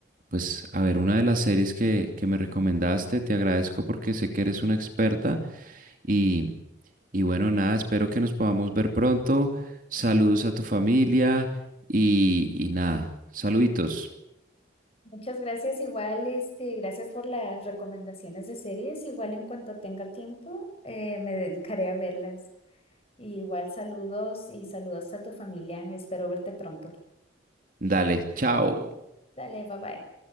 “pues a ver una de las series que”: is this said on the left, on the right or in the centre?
Right